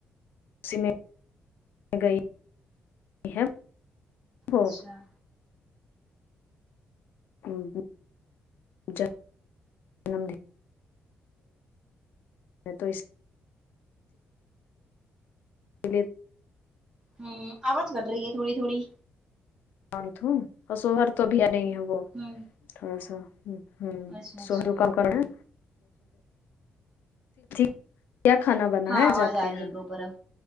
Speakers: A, on the left; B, on the right.
A: اسی میں گئی یہ ہو
B: اچھا
A: <unintelligible> جنم دیک میں تو اس پلی
B: ہوں آواز کٹ رہی ہے تھوڑی تھوڑی
A: انت ہو سوہر تو بھی یہاں نہیں ہے وہ
B: ہوں
A: تھوڑا سا ہ
B: اچھا اچھا
A: سوہر <unintelligible> کام کرنا ہے <unintelligible> کیا کھانا بنا
B: ہاں
A: ہے آج
B: آواز
A: آپ کے
B: آ
A: یہاں
B: رہی ہے پراپر اب